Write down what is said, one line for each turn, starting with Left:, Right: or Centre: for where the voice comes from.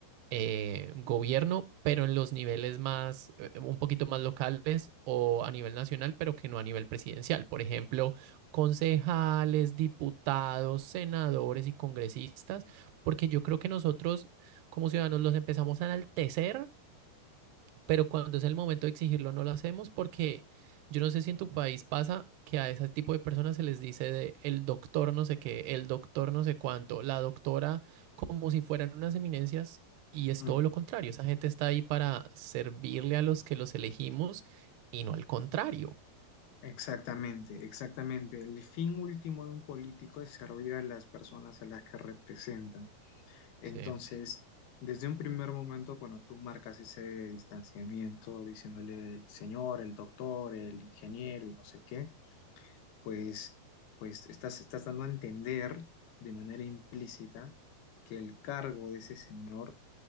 Right: eh, gobierno, pero en los niveles más, eh, un poquito más locales o a nivel nacional, pero que no a nivel presidencial. Por ejemplo, concejales, diputados, senadores y congresistas, porque yo creo que nosotros como ciudadanos los empezamos a enaltecer pero cuando es el momento de exigirlo no lo hacemos porque yo no sé si en tu país pasa que a ese tipo de personas se les dice de el doctor no sé qué, el doctor no sé cuánto, la doctora, como si fueran unas eminencias y es
Left: ujú.
Right: todo lo contrario. Esa gente está ahí para servirle a los que los elegimos y no al contrario.
Left: Exactamente, exactamente. El fin último de un político es servir a las personas a las que representa. Entonces,
Right: Sí.
Left: desde un primer momento, cuando tú marcas ese distanciamiento, diciéndole el señor, el doctor, el ingeniero y no sé qué, pues, pues estás, estás dando a entender de manera implícita que el cargo de ese señor